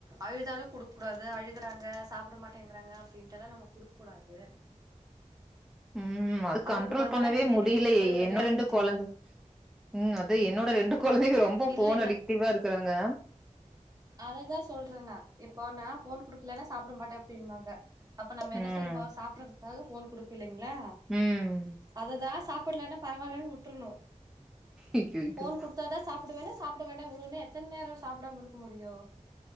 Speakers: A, on the right; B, in the centre.
A: அழுதாலும் குடுக் டாது அழுகறாங்க சாப்பிட மாட்டேங்கிறாங்க அப்டின்ட்டுல்லாம் நம்ம குடுக்கக் கூடாது
B: ம் அது கண்ட்ரோல்
A: அதுக்கு பதிலா
B: பண்ணவே
A: வெளியில
B: முடியல
A: கூட்டிட்டு போய் வெளையாட
B: என் ரெண்டு
A: வைக்கணு
B: கொழந்த ம் அது என்னோட ரெண்டு கொழந்தங்க ரொம்ப
A: இல்ல
B: போன் அடிக்டிவா இருக்றாங்க
A: அததான் சொல்றே நான் இப்போ நான் போன் குடுக்கலன்னா சாப்பிட மாட்டேன் அப்படின்றங்க அப்ப நம்ம
B: ம்
A: என்ன செய்வோ சாப்பிடற நாக போன் குடுப்பில்லை ங்களா
B: ம்
A: அததான் சாப் பிடல்லான பரவாலன்னு வுட்ருணும்
B: ஐயையோ
A: போன் குடுத்தாதான் சாப்பிடுவேன் சாப்பிட வேண்டா விடுனு எத்தனை நேரம் சாப்பிடாம இருக்கு முடியோ